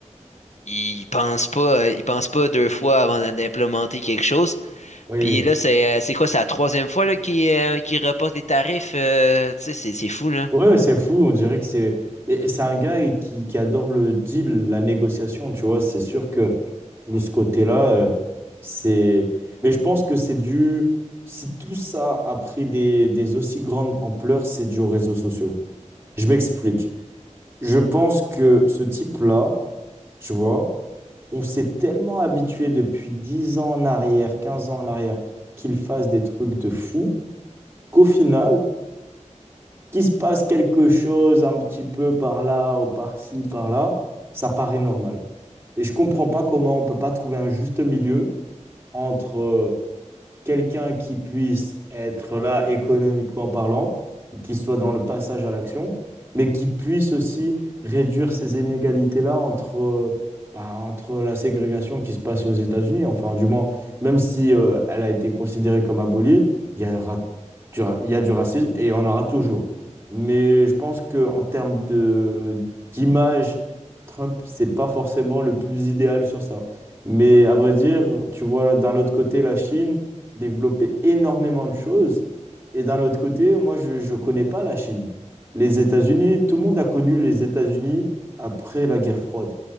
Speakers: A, on the left; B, on the right.
A: Ils pensent pas, euh, ils pensent pas deux fois avant d'implémenter quelque chose.
B: Oui.
A: Puis là, c'est euh, c'est quoi, c'est la troisième fois là, qu'ils euh, qu'ils reportent les tarifs. euh, tu sais, c'est c'est fou, là.
B: Ouais, ouais, c'est fou. On dirait que c'est. Et et c'est un gars il- qui, qui adore le deal, la négociation, tu vois. C'est sûr que de ce côté-là, euh, c'est. Mais je pense que c'est dû. Si tout ça a pris des, des aussi grandes ampleurs, c'est dû aux réseaux sociaux. Je m'explique. Je pense que ce type-là, tu vois, on s'est tellement habitué depuis 10 ans en arrière, 15 ans en arrière, qu'il fasse des trucs de fou qu'au final, qu'il se passe quelque chose un petit peu par là ou par-ci, par-là, ça paraît normal. Et je comprends pas comment on peut pas trouver un juste milieu entre euh, quelqu'un qui puisse être là économiquement parlant, qui soit dans le passage à l'action, mais qui puisse aussi réduire ces inégalités-là entre, euh, bah, entre la ségrégation qui se passe aux États-Unis. Enfin, du moins, même si euh, elle a été considérée comme abolie, il y aura du, ra- il y a du racisme et il y en aura toujours. Mais je pense qu'en termes de, d'image, Trump, c'est pas forcément le plus idéal sur ça. Mais à vrai dire, tu vois, d'un autre côté, la Chine, développer énormément de choses. Et d'un autre côté, moi, je ne connais pas la Chine. Les États-Unis, tout le monde a connu les États-Unis après la guerre froide.